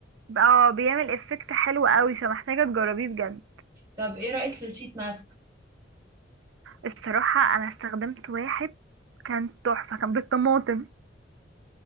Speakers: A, on the right; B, on the right.
A: اه بيعمل افكت حلو قوي فمحتاجة تجربيه بجد
B: طب ايه رأيك في الشيت ماسكس
A: الصراحة انا استخدمت واحد كان تحفة كان بالطماطم